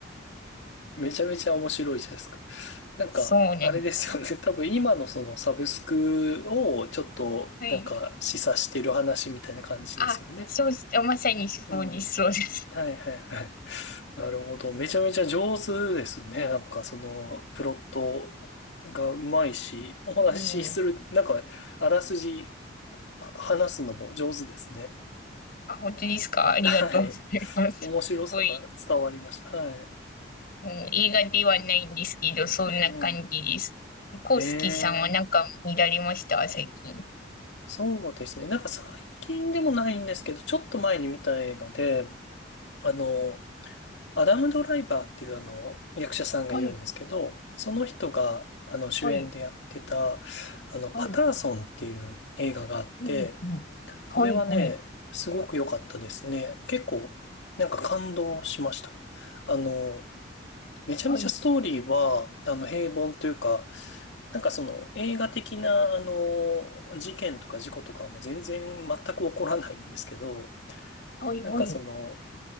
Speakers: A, on the left; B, on the left.
A: めちゃめちゃ面白いじゃないですか。なんか、
B: そうなんですよ。
A: あれですよね。<laughs> 多分今のそのサブスクをちょっとなんか示唆してる話みたいな感じですよね。
B: はい。あ、そう、まさにそうです、
A: うん。
B: そうです。
A: はいはいはい。<laughs> なるほど。めちゃめちゃ上手ですね。なんかそのプロットがうまいし、お話しする、
B: うん。
A: なんかあらすじ話すのも上手ですね。
B: あ、本当ですかありがとうございます。
A: はい。面白さが伝わりました。
B: すごい、
A: はい。
B: うん、映画ではないんですけど、そんな感じです。
A: ええ、
B: コウスケさんはなんか見られました最近。
A: ええ、そうですね。なんか最近でもないんですけど、ちょっと前に見た映画で、あの、アダム・ドライバーっていうあの、役者さんがいるんですけど、
B: はい、
A: その人が、あの、主演でやってた、
B: はい、
A: あの、パターソンっていう映画があって、
B: はい、うん、うん。はい、
A: それはね、
B: はい、
A: すごく良かったですね。結構、なんか感動しました。あの、めちゃめちゃストーリーは、
B: はい、
A: あの、平凡というか、なんかその映画的な、あの、事件とか事故とかも全然全く起こらないんですけど、
B: はい、
A: なんかその、
B: はい、